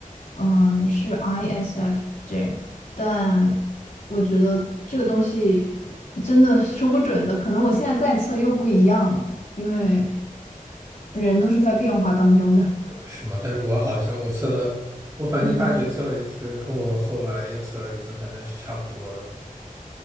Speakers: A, on the left; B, on the right.
A: 嗯，是 ISFJ，但我觉得这个东西真的说不准的，可能我现在再测又不一样了，因为人都是在变化当中的。
B: 是吗？但是我好像我测了，
A: <laughs>
B: 我反正大学测了一次，
A: 嗯，
B: 跟我后来又测了一次，反正是差不多的。